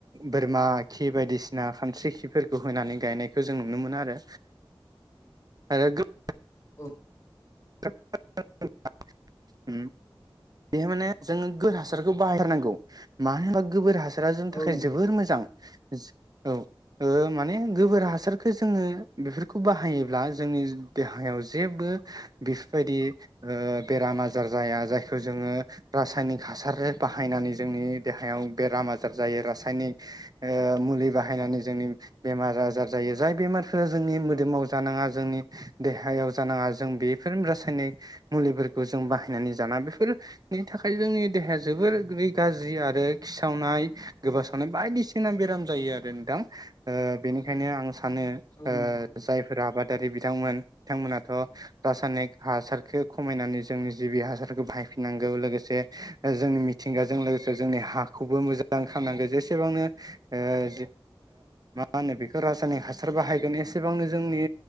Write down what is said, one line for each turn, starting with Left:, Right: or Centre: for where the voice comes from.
Right: बोरमा खि बायदिसिना खानस्रि खिफोरखौ होनानै गायनायखौ जों नुनो मोनो आरो आरो <inaudible>
Left: औ
Right: <inaudible> माने जोङो <unintelligible> हासारखौ बाहाय थारनांगौ मानो होनबा गोबोर हा सारा
Left: औ
Right: थाखाय
Left: नोंथां
Right: जोबोर मोजां जो औ ओ माने गोबोर हासारखौ जोङो बेफोरखौ बाहायोब्ला जोंनि देहायाव जेबो बेफोरबायदि ओ बेराम आजार जाया। जायखौ जोङो रासायनिक हासार बाहायनानै जोंनि देहायाव बेराम आजार जायो, रासायनिक ओ मुलि बाहायनानै जोंनि बेमार आजार जायो, जाय बेमारफोरा जोंनि मोदोमाव जानाङा, जोंनि देहायाव जानाङा, जों बे बेफोर रासायनिक मुलिफोरखौ जों बाहायनानै जाना बेफोरनि थाखाय जोंनि देहाया जोबोरै गाज्रि आ रो खिसावनाय गोबासावनाय बायदिसिना बेराम जायो आरो नोंथां ओ बेनिखायनो आं सानो
Left: औ
Right: ओ
Left: नोंथां
Right: जायफोर आबादारि बिथांमोन बिथांमोनाथ' रासायनिक हासारखो खमायनानै जोंनि जिबि हासारखौ बाहायफिननांगौ लोगोसे जोंनि मिथिंगाजों लोगोसे जोंनि हाखौबो मोजां खामनांगो। जेसेबांनो ओ मा जे होनो बेखौ रासायनिक हासार बाहायगोन एसेबांनो जोंनि